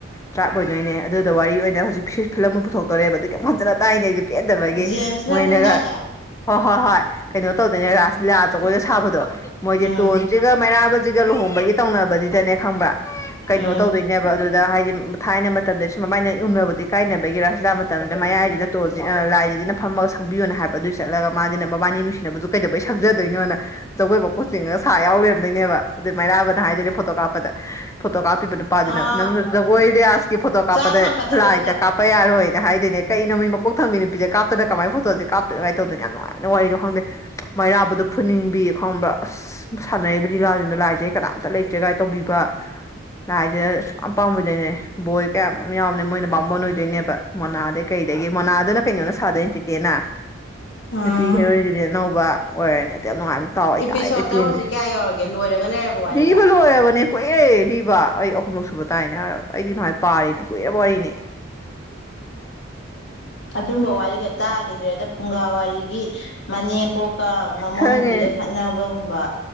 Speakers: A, on the left; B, on the left.
A: ꯇ꯭ꯔꯥꯞ ꯑꯣꯏꯗꯣꯏꯅꯦ ꯑꯗꯨꯗꫭ ꯋꯥꯔꯤ ꯑꯣꯏꯅ ꯍꯧꯖꯤꯛ ꯐꯤꯂꯝ ꯑꯃ ꯄꯨꯊꯣꯛꯇꫭꯔꯦꯕ ꯑꯗꯨꯒꯤ ꯑꯃꯨꯛ ꯍꯟꯖꯤꯜꯂꯒ ꯇꯥꯏꯅꯦ ꯑꯩꯗꯤ ꯄꯦꯟꯗꯕꯒꯤ
B: ꯖꯦꯝꯁꯅ
A: ꯃꯣꯏꯅꯒ
B: ꯀꯨꯝꯗꯥꯏꯅꯦ
A: ꯍꯣ ꯍꯣꯏ ꯍꯣꯏ ꯀꯩꯅꯣ ꯇꯧꯗꯣꯏꯅꯦ ꯔꯥꯁ ꯂꯤꯂꯥ ꯆ ꯀꯣꯏꯒ ꯁꯥꯕꯗꯣ ꯃꯣꯏꯗꯤ
B: ꯎꯝ
A: ꯇꯣꯟꯁꯤꯒ ꯃꯩꯔꯥꯕꯁꯤꯒ ꯂꯨꯍꯣꯡꯕꯒ ꯇꯧꯅꯕꯁꯤꯗꯅꯦ ꯈꯪꯕ꯭ꯔ ꯀꯩꯅꯣ
B: ꯎꯝ
A: ꯇꯧꯗꯣꯏꯅꯦꯕ ꯑꯗꯨ ꯍꯥꯏꯗꯤ ꯊꯥꯏꯅ ꯃꯇꯝꯗ ꯁꯨꯃꯥꯏꯅ ꯎꯅꯕꯗꯤ ꯀꯥꯏꯅꯕꯒꯤꯔꯥ ꯁꯤꯂꯥꯛ ꯃꯇꯝꯗ ꯃꯌꯥꯏꯁꯤꯗꯥꯏ ꯅ ꯐꯝꯃꯒ ꯁꯪꯕꯤꯌꯣꯅ ꯍꯥꯏꯕ ꯑꯗꯨꯏ ꯆꯠꯂꯒ ꯃꯥꯁꯤꯅ ꯃꯕꯥꯅꯤ ꯅꯨꯡꯁꯤꯅꯕꯗꯨꯁꯨ ꯀꯩꯗꯧꯕꯩ ꯈꯪꯖꯗꯣꯏꯅꯦꯣꯅ ꯖꯒꯣꯏꯕ ꯀꯣꯆꯤꯡꯉꯒ ꯁꯥ ꯌꯥꯎ ꯂꯩꯔꯝꯗꯣꯏꯅꯦꯕ ꯑꯗꯨꯗꯩ ꯃꯩꯔꯥꯕꯅ ꯍꯥꯏꯗꯣꯏꯅꯦ ꯐꯣꯇꯣ ꯀꯥꯞꯄꯗ ꯐꯣꯇꯣ ꯀꯥꯞꯄꯤꯕ ꯅꯨꯄꯥꯗꯨꯅ
B: ꯑꯥ
A: ꯅꯪꯅ ꯖꯒꯣꯏ ꯔꯤꯌꯥꯁꯀꯤ ꯐꯣꯇꯣ ꯀꯥꯞꯄꯗ
B: ꯆꯥꯛ ꯊꯥꯡꯀꯠꯅꯕꯗꯨꯗ
A: ꯐꯥꯏꯠꯇ ꯀꯥꯞꯄ ꯌꯥꯔꯣꯏꯅ ꯍꯥꯏꯗꯣꯏꯅꯦ ꯀ ꯑꯩꯅ ꯃꯩ ꯃꯀꯣꯛ ꯊꯪꯕꯤ ꯅꯨꯄꯤꯖꯦ ꯀꯥꯞꯇꯅ ꯀꯃꯥꯏ ꯐꯣꯇꯣꯖꯦ ꯀꯥꯞꯇ ꯑꯗꯨꯃꯥꯏ ꯇꯧꯗꫭꯏꯅꯦ ꯌꯥꯝ ꯅꯨꯡꯉꯥꯏꯕꯅꯦ ꯋꯥꯔꯤꯗꯣ ꯈꯪꯗꯦ ꯃꯩꯔꯥꯕꯗꯣ ꯐꯨꯅꯤꯡꯕꯤ ꯈꯪꯕ꯭ꯔꯥ ꯑꯁ ꯁꯥꯟꯅꯩꯕ ꯂꯤꯂꯥꯖꯤꯡꯗꯣ ꯂꯥꯏꯖꯦ ꯀꯅꯥꯝꯇ ꯂꯩꯇ꯭ꯔꯦꯒꯥꯏ ꯇꯧꯗꯨꯏꯕ ꯂꯥꯏꯖ ꯁꯨꯛ ꯄꯥꯝ ꯄꯥꯝꯃꯣꯏꯗꯨꯏꯅꯦ ꯕꯣꯏ ꯀꯌꯥ ꯃꯌꯥꯝ ꯌꯥꯎꯕꯅꯦ ꯃꯣꯏꯅ ꯕꯥꯃꯣꯟ ꯑꯣꯏꯗꯣꯏꯅꯦꯕ ꯃꫭꯅꯗꯩ ꯀꯩ ꯀꯩꯗꯒꯤ ꯃꯣꯅꯥꯗꯨꯅ ꯀꯩꯅꯣꯅ ꯁꯥꯗꯣꯏꯅ ꯇꯦꯇꯦꯅ
B: ꯎꯝ
A: ꯅꯨꯄꯤ ꯍꯦꯔꯣꯏꯅꯤꯗꯨꯗꯤ ꯑꯅꯧꯕ ꯑꯣꯏꯔꯅꯤ ꯑꯗꯨ ꯌꯥꯝ ꯅꯨꯡꯉꯥꯏꯕꯅꯦ ꯇꯥꯎ ꯑꯩ
B: ꯏꯄꯤꯁꯣꯠꯇꯣ
A: ꯇꯥꯔꯤꯒꯩ ꯄꯦꯟꯗꯦ
B: ꯍꯧꯖꯤꯛ ꯀꯌꯥ ꯌꯧꯔꯒꯦ ꯂꯣꯏꯔꯒ ꯂꯩꯔꯕ ꯋꯥꯔꯤꯔ
A: ꯂꯤꯕ ꯂꫭꯏꯔꯕꯅꯦ ꯀꯨꯏꯔꯦꯂꯤ ꯕ ꯑꯩ ꯑꯍꯨꯝꯂꯛ ꯁꯨꯕ ꯇꯥꯏꯅꯦ ꯍꯥꯏꯔꯒ ꯑꯩꯗꯤ ꯅꯍꯥꯋꯥꯏ ꯄꯥꯔꯤꯅꯦ ꯀꯨꯏꯔꯕ ꯋꯥꯔꯤꯅꯤ
B: ꯑꯗꯨꯝꯕ ꯋꯥꯔꯤꯒ ꯇꯥꯒꯤꯗ꯭ꯔꯦꯗ ꯐꯨꯡꯒꯥ ꯋꯥꯔꯤ ꯒꯤ ꯃꯅꯦꯝꯄꯣꯛꯀ ꯃꯃꯧ
A: ꯈꯪꯉꯦ
B: ꯅꯨꯄꯤꯒ ꯈꯠꯅꯕꯒꯨꯝꯕ